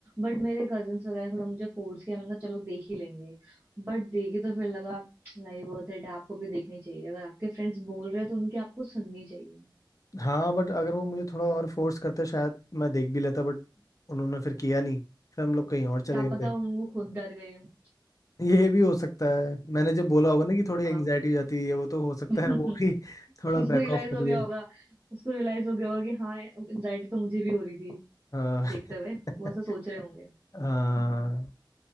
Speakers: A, on the right; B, on the left.
A: बट मेरे कजन्स वगैरह ने थोड़ा मुझे फोर्स किया मैंने कहा चलो देख ही लेंगे बट देखी तो फिर लगा नहीं वर्थ इट आपको भी देखनी चाहिए अगर आपके फ्रेंड्स बोल रहे हैं तो उनकी आपको सुननी चाहिए
B: हाँ बट अगर वो मुझे थोड़ा और फोर्स करते शायद मैं देख भी लेता बट उन्होंने फिर किया नहीं फिर हम लोग कहीं और चले
A: क्या
B: गए
A: पता
B: थे
A: उनको खुद डर गए हो
B: ये भी हो सकता है मैंने जब बोला होगा ना कि थोड़ी
A: हाँ
B: एंग्जाइटी हो जाती है वो तो हो सकता
A: <laughs>
B: है वो भी <laughs> थोड़ा
A: उसको
B: बैक
A: रियलाइज
B: ऑफ
A: हो
B: कर
A: गया
B: लिया
A: होगा उसको रियलाइज हो गया होगा कि हाँ एंजाइटी तो मुझे भी हो रही थी
B: हाँ <laughs>
A: देखते हुए वो ऐसा सोच रहे होंगे
B: हाँ
A: हम्म